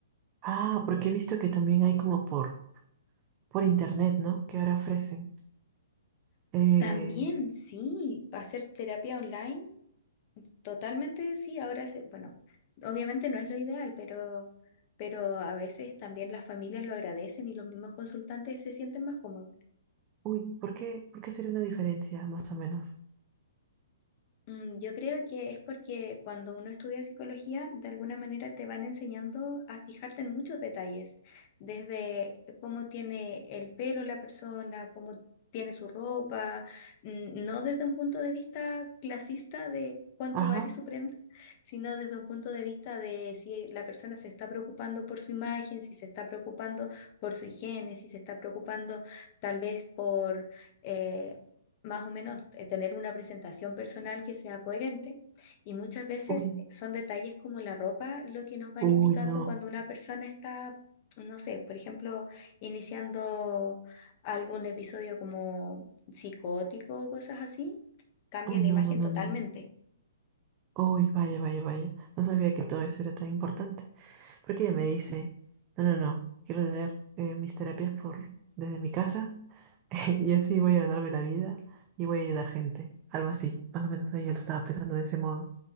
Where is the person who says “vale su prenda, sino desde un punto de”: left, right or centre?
Left